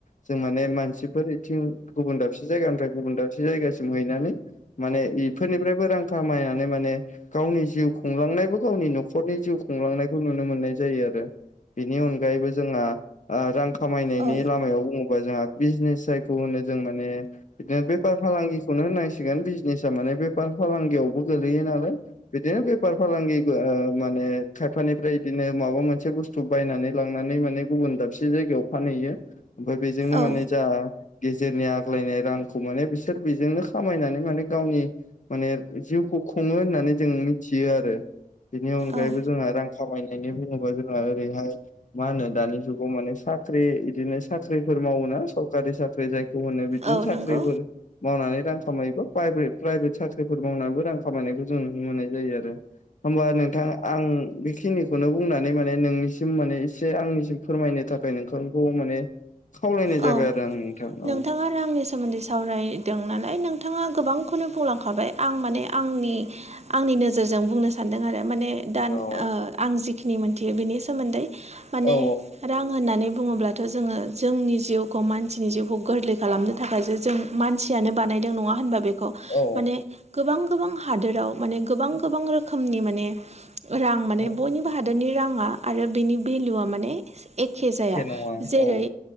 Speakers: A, on the left; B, on the right.
A: जों माने मानसिफोर बिथिं गुबुन दाबसे जायगानिफ्राय गुबुन दाबसे जायगासिम हैनानै माने इफोरनिफ्रायबो रां खामायनानै माने गावनि जिउ खुंलांनायबो गावनि न'खरनि जिउ खुंलांनायखौ नुनो मोननाय जायो आरो बिनि अनगायैबो जोंहा ओ रां खामायनायनि
B: औ
A: आ लामायाव बुङोबा जोंहा बिजनेस जायखौ होनो जों माने बिदिनो बेफार फालांगिखौनो होननांसिगोन बिजनेसा माने बेफार फालांगियावबो गोलैयो नालाय बिदिनो बेफार फालांगि माने खायफानिफ्राय बिदिनो माबा मोनसे बुस्थु बायनानै लांनानै माने गुबुन दाबसे जायगायाव फानहैयो ओमफ्राय बेजोंनो
B: औ
A: माने जा गेजेरनि आग्लायनाय रांखौ माने बिसोर बेजोंनो खामायनानै माने गावनि माने जिउखौ खुङो होननानै जों मिथियो आरो बिनि अनगायैबो
B: औ
A: जोंहा रां खामायनानै बुङोबा जोंहा ओरैहाय मा होनो दानि जुगाव माने साख्रि बिदिनो साख्रिफोर मावोना सरखारि साख्रि जायखौ मोनो बिदिनो
B: औ
A: साख्रिबो
B: नंगौ
A: मावनानै रां खामायोबा प्राइभे प्राइभेट साख्रिफोर मावनानैबो रां खामायनायखौ जोङो नुनो मोननाय जायो आरो होमबा नोंथां आं बेखिनिखौनो बुंनानै माने नोंनिसिम माने एसे आंनिसिम फोरमायनो थाखाय नोंथांखौ माने खावलायनाय जाबाय
B: औ
A: आरो आं नोंथां
B: नोंथाङा
A: औ
B: रांनि सोमोन्दै सावरायदों नालाय नोंथाङा गोबांखौनो बुंलांखाबाय आं माने आंनि आंनि नोजोरजों बुंनो सानदों आरो माने दा
A: औ
B: ओ आं जिखिनि मोनथियो बिनि सोमोन्दै माने
A: औ
B: रां होननानै बुङोब्लाथ' जोङो जोंनि जिउ मानसिनि जिउखौ गोरलै खालामनो थाखायसो जों मानसियानो बानायदों नङा होनबा बे
A: औ
B: माने गोबां गोबां हादोराव माने गोबां गोबां रोखोमनि माने रां माने
A: औ
B: बयनिबो हादोरनि राङा आरो बेनि भेलुआ माने एखे जाया
A: नङा
B: जेरै
A: औ